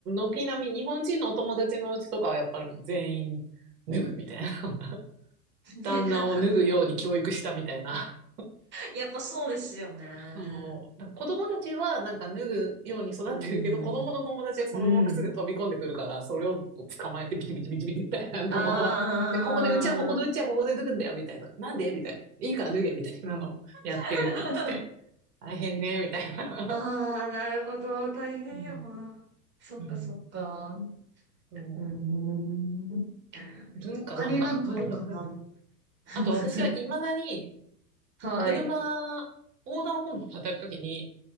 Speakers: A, on the right; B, on the right.
A: 軒並み日本人のお友達のうちとかはやっぱりもう全員脱ぐみたいな。
B: うん。
A: <laughs>
B: <laughs>
A: 旦那を脱ぐように教育したみたいな。
B: やっぱそうですよね。
A: そう。なんか子供たちはなんか脱ぐように育ってるけど、
B: うん。
A: 子供の友達はそのまま靴で飛び込んでくるから、
B: うん。
A: それを捕まえてビチビチビチビチみたいなのを
B: あ
A: <laughs>、でここで、うちはここのうちはここで脱ぐんだよ、
B: あ
A: みたいな。なんでみたいな。いいから脱げ、みたいなのをやってるって言ってて。
B: ー。
A: 大変ね、みたいな。
B: <laughs> ああ、なるほど。大変やな。
A: うん。
B: そっかそっか。
A: うんそ
B: うーん。
A: う。文化なのかな。
B: 他になんかあるかな。
A: <laughs>
B: <laughs>
A: あと私は未だに
B: はい。
A: 車、横断歩道を渡るときに、